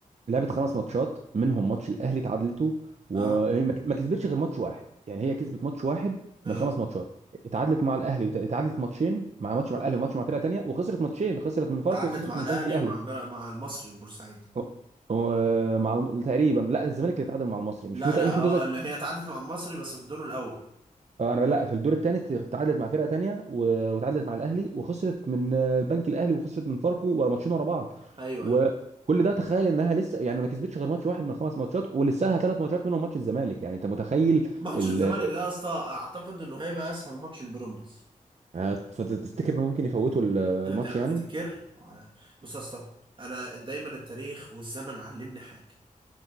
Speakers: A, on the right; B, on the right.
A: لعبت خمس ماتشات منهم ماتش الاهلي اتعادلته وما
B: اه
A: مم. ما كسبتش غير ماتش واحد يعني هي كسبت ماتش واحد
B: اه
A: من الخمس ماتشات اتعادلت مع الاهلي وت- اتعادلت ماتشين مع ماتش مع الاهلي وماتش مع فرقه تانيه وخسرت ماتشين خسرت من فاركو
B: تعادلت
A: وخسرت
B: مع
A: من
B: الاهلي
A: البنك الاهلي
B: ومع بر- مع المصري البورسعيدي
A: و- ومع الم- تقريبا لا الزمالك اللي اتعادل مع المصري مش
B: لا
A: مت...
B: لا
A: مش
B: اه
A: متذكر
B: اللي هي تعادلت مع المصري بس في الدور الاول
A: آه، انا لا في الدور الثاني تعادلت مع فرقه تانية و- وتعادلت مع الاهلي وخسرت من آه، البنك الاهلي وخسرت من فاركو ورا ماتشين ورا بعض
B: ايوه
A: وكل
B: ايوه
A: ده تخيل انها لسه يعني ما كسبتش غير ماتش واحد من خمس ماتشات ولسه لها ثلاث ماتشات منهم ماتش الزمالك يعني انت متخيل
B: ماتش
A: ال...
B: الزمالك ده يا اسطى اعتقد انه هيبقى اسهل ماتش البيراميدز
A: هت- فتفتكر انهم ممكن يفوتوا ال- الماتش
B: أنت افتكر
A: يعني
B: وأنا- بص يا اسطى انا دايما التاريخ والزمن علمني حاجه